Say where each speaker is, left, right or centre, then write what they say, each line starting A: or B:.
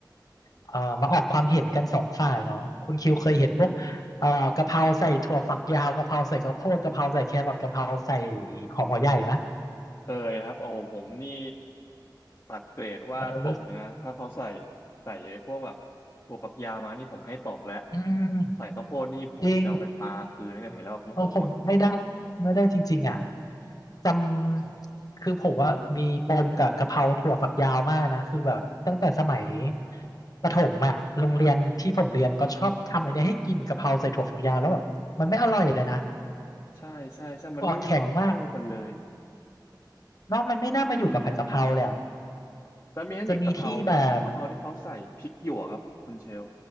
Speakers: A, on the left (about 50°); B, on the left (about 30°).
A: เออมาออกความเห็นกันสองฝ่ายเนาะคุณคิวเคยเห็นพวกเออกะเพราใส่ถั่วฝักยาวกะเพราใส่กระโพดกะเพราใส่แครอทกะเพราใส่หอมหัวใหญ่ไหม
B: เคยครับโอ้ผมนี่ตัดเกรดว่าตกเลยนะถ้าเขาใส่
A: เออรู้
B: ใส่ไอ้พวกแบบถั่วฝักยาวมานี่ผมให้ตกแล้ว
A: อืม
B: ใส่ข้าวโพดนี่ผมจะเอาไปปาคืนนี่เห็นแล้วแบบโมโห
A: จริง เพราะผมไม่ได้ไม่ได้จริงๆอ่ะจำคือผมว่ามีปมกับกะเพราถั่วฝักยาวมากนะคือแบบตั้งแต่สมัยประถมอ่ะโรงเรียนที่ผมเรียนก็ชอบทำไอเดียให้กินกะเพราใส่ถั่วฝักยาวแล้วแบบมันไม่อร่อยเลยนะ
B: ใช่ใช่ใช่มันไม่มีความเข้ากันเลย
A: ถั่วอ่าแข็งมากเนอะมันไม่น่ามาอยู่กับผัดกะเพราเลยอะ
B: แล้วมีอันอีกกะเพรา
A: จะมีที่แบบ
B: กะเพราที่เขาใส่พริกหยวกครับคุณเชล